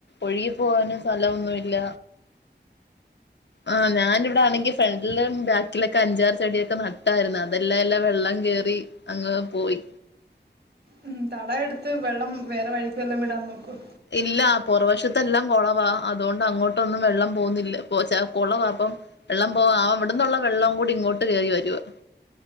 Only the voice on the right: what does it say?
ഉ തടയ എടുത്ത് വെള്ളം വേറെ വഴിക്ക് എല്ലാം വിടാന്ന് നോക്കും